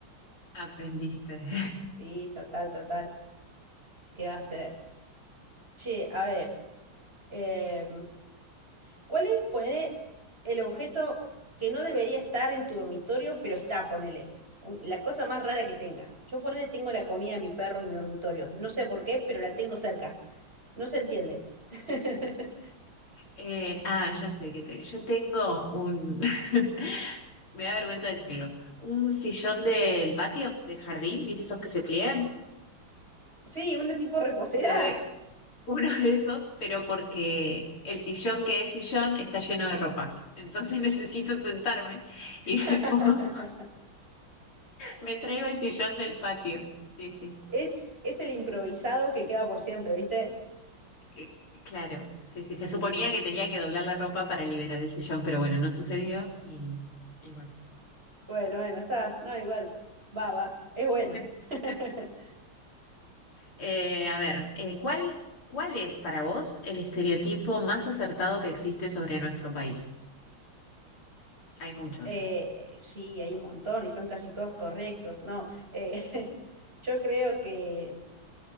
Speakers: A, on the left (about 85°); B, on the right (about 25°).
A: Aprendiste. <laughs>
B: Sí, total, total. ¿Qué va a hacer? Che, a ver. em, ¿Cuál es, ponele, el objeto que no debería estar en tu dormitorio, pero está, ponele? Un- La cosa más rara que tengas. Yo ponele, tengo la comida de mi perro en mi dormitorio. No sé por qué, pero la tengo cerca. No se entiende. <laughs>
A: Eh, ah, ya sé que te- yo tengo un, <laughs> me da vergüenza decirlo, un sillón del patio, del jardín, ¿viste esos que se pliegan?
B: Sí, una tipo reposera.
A: Uno de, uno de esos, pero porque el sillón que es sillón está lleno de ropa. Entonces <laughs> necesito sentarme y me
B: <laughs>
A: pongo- me traigo el sillón del patio. Sí, sí.
B: Es, es el improvisado que queda por siempre, ¿viste?
A: Eh, Claro, sí, sí. Se suponía
B: Sí.
A: que tenía que doblar la ropa para liberar el sillón, pero bueno, no sucedió y, y bueno.
B: Bueno, bueno, está.
A: sí.
B: No, igual. Va, va. Es buena.
A: <laughs>
B: <laughs>
A: Eh, a ver, eh, ¿cuál, cuál es para vos el estereotipo más acertado que existe sobre nuestro país? Hay muchos.
B: Eh, eh, sí, hay un montón y son casi todos correctos. No, eh, <laughs> yo creo que,